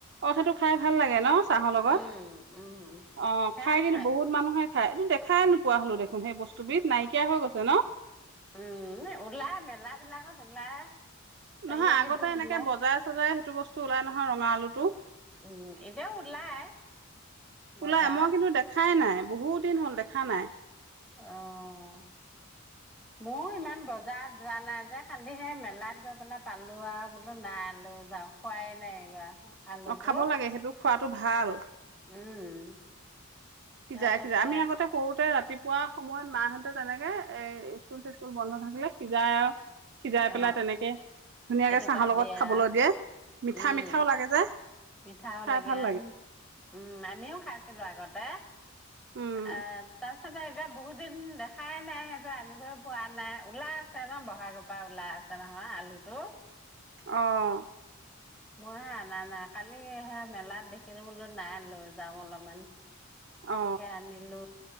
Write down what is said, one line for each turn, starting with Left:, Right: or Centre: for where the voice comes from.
Right: অ সেইটো খায় ভাল লাগে ন চাহৰ লগত!
Centre: উম উম
Right: অ
Centre: সেয়া
Right: খায়
Centre: খাই
Right: কিন্তু বহুত মানুহে খায় এইটো খাইয়ে নোপোৱা হলো দেখোন সেই বস্তুবিধ নাইকিয়া হৈ গৈছে ন
Centre: উম ওলাই মেলা বিলাকত ওলাই চাৰিআলিতো
Right: নহয় আগতে এনেকে
Centre: ওলাই
Right: বজাৰে চজাৰে সেইটো বস্তু ওলাই নহয় ৰঙা আলুটো।
Centre: উম এতিয়াও ওলাই বজাৰত
Right: ওলাই মই কিন্তু দেখাই নাই বহুত বহুত দিন হল দেখা নাই
Centre: অহ মোৰ ইমান বজাৰত যোৱা নাযায় খালি সেই মেলাত গৈ পেলাই পালো আৰু বোলো নাই লৈ যাও খোৱাই নাই এইবাৰ। আলুটো
Right: অ খাব লাগে সেইটোক খোৱাটো ভাল
Centre: উম
Right: সিজাই
Centre: সেই তাকে
Right: সিজাই আমি আগতে সৰুতে ৰাতিপু পোৱা সময়ত মাহঁতে তেনেকে এ ইচকুল চিচকুল বন্ধ থাকিলে সিজাই আৰু সিজাই
Centre: অ
Right: পেলাই তেনেকে ধুনীয়াকে
Centre: এটুকুৰা
Right: চাহৰ লগত
Centre: দিয়ে
Right: খাবলৈ
Centre: আৰু
Right: দিয়ে মিঠা
Centre: উম
Right: মিঠাও লাগে যে
Centre: মিঠাও
Right: খাই
Centre: লাগে
Right: ভাল
Centre: আ উম-উম আমিও খাইছিলো আৰু আগতে
Right: উম
Centre: আহ তাৰপা তাতে এতিয়া বহুত দিন দেখাই নাই সেইটো আনিবই পোৱা নাই ওলাই আছে ন বহাগৰ পৰা ওলাই আছে নহয় আলুটো
Right: অহ
Centre: মই হে আনা নাই কালি সেই মেলাত দেখিলো বোলো নাই লৈ যাওঁ অলপমান
Right: অ
Centre: তাকে আনিলো।